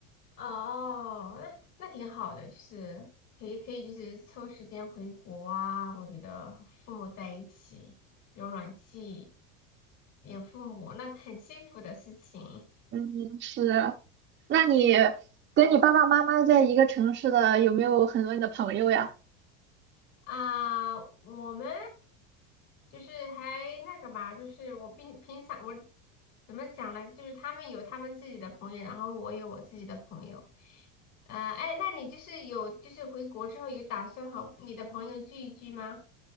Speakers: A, on the left; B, on the right.
A: 哦，那那挺好的，就是可以可以，就是抽时间回国啊。我觉得和父母在一起，有暖气，有父母，那很幸福的事情。
B: 嗯，是。那你
A: <laughs> 对。
B: 跟你爸爸妈妈在一个城市的，有没有很多你的朋友呀？
A: 啊，我们就是还那个吧，就是我平平常我怎么讲呢？就是他们有他们自己的朋友，然后我有我自己的朋友。呃，哎，那你就是有就是回国之后有打算和你的朋友聚一聚吗？